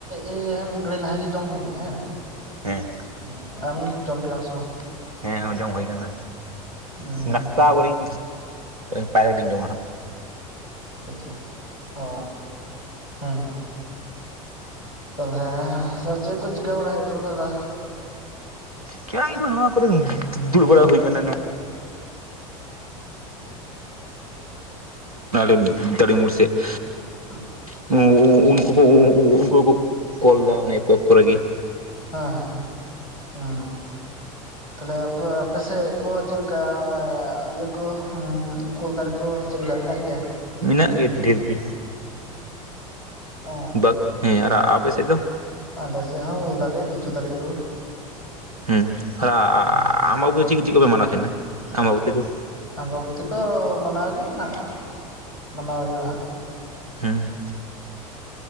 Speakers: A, on the left; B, on the right.
A: ᱮᱭ <unintelligible> ᱢᱤᱫ ᱜᱷᱟᱹᱲᱤ ᱞᱟᱦᱟ ᱜᱮ ᱡᱚᱢ ᱦᱩᱭᱱᱟ ᱦᱮᱸ
B: ᱦᱮᱸ
A: ᱮᱸ ᱟᱢ ᱡᱚᱢ ᱠᱮᱫᱟᱢ ᱥᱮ ᱵᱟᱝ
B: ᱦᱮᱸ ᱦᱮᱸ ᱡᱚᱢ ᱦᱩᱭ ᱟᱠᱟᱱᱟ
A: ᱦᱩᱸ
B: ᱱᱟᱥᱛᱟᱵᱚᱨᱧ ᱯᱟᱭᱨᱟᱠᱟᱛᱮᱧ ᱡᱚᱢᱟ ᱦᱟᱜ
A: ᱟᱪᱪᱷᱟ ᱚ ᱦᱮᱸ ᱦᱮᱸᱼᱼ ᱚ ᱦᱮᱸ ᱛᱟᱦᱚᱞᱮ ᱦᱮᱸ ᱪᱮᱫ ᱠᱚ ᱪᱤᱠᱟᱹ ᱵᱟᱲᱟ ᱦᱩᱭᱩᱜ ᱠᱟᱱᱟ ᱫᱟᱫᱟ
B: <unintelligible> ᱱᱚᱣᱟ ᱠᱚᱨᱮ ᱫᱩᱲᱩᱵ ᱦᱩᱭ ᱠᱟᱱᱟ <unintelligible> <unintelligible>
A: <inaudible>
B: <unintelligible>
A: ᱟᱪᱪᱷᱟ
B: ᱩᱱᱠᱩ ᱠᱚ ᱩᱱᱠᱩ ᱠᱚ ᱠᱚᱞ ᱮᱫᱟ <unintelligible>
A: ᱦᱮᱸ ᱦᱮᱸ <unintelligible> ᱛᱟᱦᱞᱮ ᱟᱯᱮᱥᱮᱫ ᱠᱚ ᱪᱮᱫ ᱞᱮᱠᱟ ᱤᱭᱟᱹ ᱠᱚ ᱦᱩᱸ ᱩᱞ ᱫᱟᱨᱮ ᱠᱚ ᱪᱮᱫ ᱞᱮᱠᱟ ᱢᱮᱱᱟᱜ ᱜᱮᱭᱟ
B: ᱢᱮᱱᱟᱜ ᱜᱮᱭᱟ ᱰᱷᱮᱨ ᱜᱮᱼᱼ
A: ᱚᱻ
B: <unintelligible> ᱦᱮᱸ ᱟᱨ ᱟᱯᱮ ᱥᱮᱫ ᱫᱚᱼᱼ
A: ᱟᱞᱮ ᱥᱮᱫ ᱦᱚᱸ ᱩᱞ ᱫᱟᱨᱮ ᱞᱤᱪᱩ ᱫᱟᱨᱮ ᱠᱚ
B: ᱦᱮᱸ ᱟᱨ <unintelligible>
A: ᱦᱩᱸ
B: ᱟᱢᱵᱟᱵᱚᱛᱤ ᱪᱮᱫ ᱪᱮᱫ ᱠᱚᱯᱮ ᱢᱟᱱᱟᱣ ᱛᱟᱦᱮᱱᱟ ᱟᱢᱵᱟᱵᱚᱛᱤ ᱠᱚ
A: ᱟᱢᱵᱟᱵᱚᱛᱤ ᱠᱚ ᱢᱟᱱᱟᱣ ᱜᱮ ᱦᱟᱸᱜ ᱢᱟᱱᱟᱣ ᱦᱩᱭᱩᱜᱼᱟ ᱦᱟᱸᱜ
B: ᱦᱮᱸ